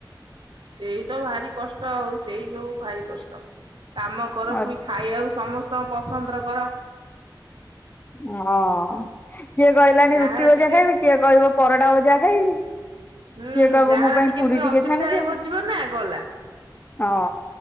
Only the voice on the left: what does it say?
ହଁ
ହଁ କିଏ କହିଲାଣି
ରୁଟି ଭଜା
ଖାଇବି କିଏ କହିବ ପରଟା ଭଜା ଖାଇବି
କିଏ କହିବ
ମୋ ପାଇଁ
ପୁରୀ
ଛାଣିଦିଅ।
ହଁ।